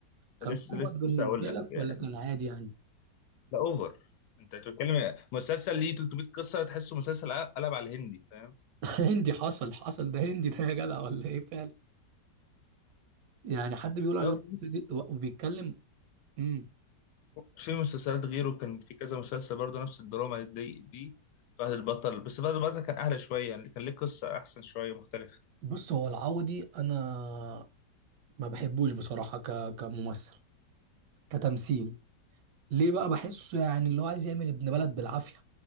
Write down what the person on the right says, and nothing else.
كان
اوفر
بالنسبة
لك
ولا كان عادي يعني
<laughs> هندي حصل حصل ده هندي ده يا جدع ولا ايه فعلا يعني حد بيقول على
نفسه
دي- وبيتكلم امم
بص هو العوضي انا ما بحبوش بصراحة ك... كممثل كتمثيل ليه بقى بحسه يعني اللي هو عايز يعمل ابن بلد بالعافية